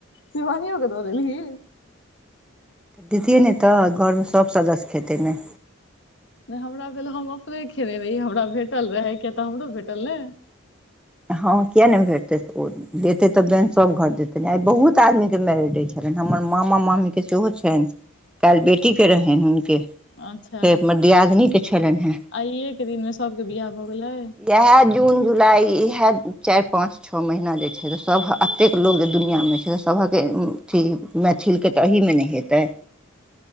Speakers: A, on the left; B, in the centre.
A: शिवानियो के दऽ देलीह।
B: दैतियै नै तऽ घरमे सब सदस्य खेतै नै।
A: नै हमरा भेल हम अपने खेेनै रहि, हमरा भेटल रहै किया तऽ हमरो भेटल नै।
B: हां किया नै भेटत ओ देतै तऽ बेन सब घर देतै ने आय बहुत आदमी के मैरेज डे छ लैन, हमर मामा-मामी के सेहो छैन, काएल बेटी के रहैन हुनके।
A: अच्छा
B: फेर हमर दियादिनी के छलैन हेँ।
A: आइए के दिनमे सभके बियाह भऽ गेलै
B: इएह जून जुलाई वएह चारि पाँच छौ महीना जे छैय तऽ सब एतेक लोक जे दुनिआँमे छैय तऽ सभके अथी मैथिलके तऽ अहीमे नहि हेतै।